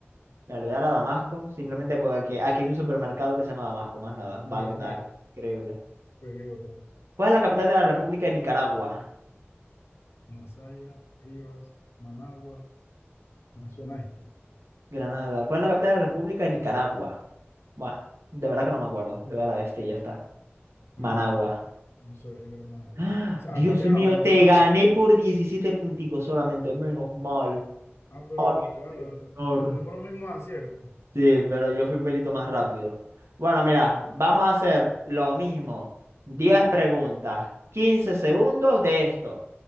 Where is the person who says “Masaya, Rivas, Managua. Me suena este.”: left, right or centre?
Left